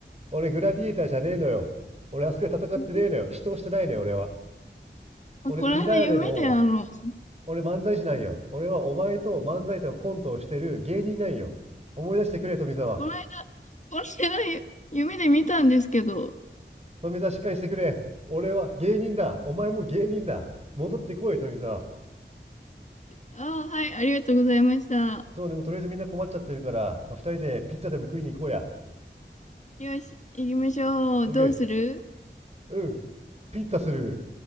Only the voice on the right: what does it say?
俺グラディエーターじゃねえのよ。俺あそこで戦ってねえのよ。
死闘してないのよ、俺は。
俺ピザ屋でも、
俺漫才師なんよ。俺はお前と漫才とコントをしてる芸人なんよ。思い出してくれ、富澤。
富澤しっかりしてくれ。俺は芸人だ。お前も芸人だ。戻ってこい、富澤。
そうね、もうとりあえずみんな困っちゃってるから、まあ、人でピッツァでも食いに行こうや。
オッケー。
うん。ピッツァする。